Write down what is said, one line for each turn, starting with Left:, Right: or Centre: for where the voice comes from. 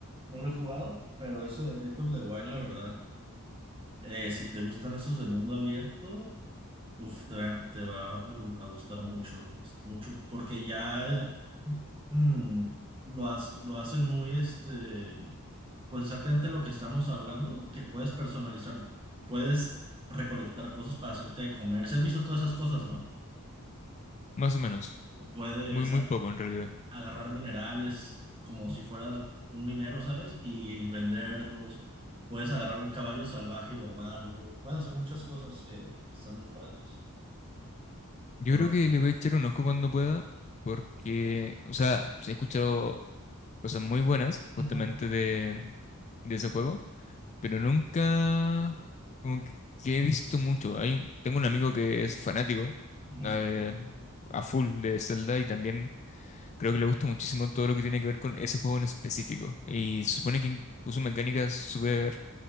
Right: No lo he jugado, pero eso de Breath of the Wild, la verdad. eh, si te gustan esos de mundo abierto, uf, te va, te va a gu- a gustar mucho, mucho, porque ya Mm, lo, has- lo hacen muy, este, pues exactamente lo que estamos hablando, que puedes personalizar, puedes recolectar cosas para hacerte de comer. Si has visto todas esas cosas, ¿no?
Left: más o menos.
Right: O puedes
Left: Muy, muy
Right: a-
Left: poco en realidad.
Right: agarrar minerales como si fueras un minero, ¿sabes? Y venderlos. Puedes agarrar un caballo salvaje y domarlo. Puedes hacer muchas cosas que, que están muy padres.
Left: Yo
Right: Te lo
Left: creo
Right: recomiendo.
Left: que le voy a echar un ojo cuando pueda, porque, o sea, sí he escuchado cosas muy buenas justamente
Right: Ujú,
Left: de, de ese juego, pero nunca como que que he visto mucho. Hay, tengo un amigo que es fanático
Right: ujú.
Left: eh, a full de Zelda y también Creo que le gusta muchísimo todo lo que tiene que ver con ese juego en específico. Y se supone que puso mecánicas súper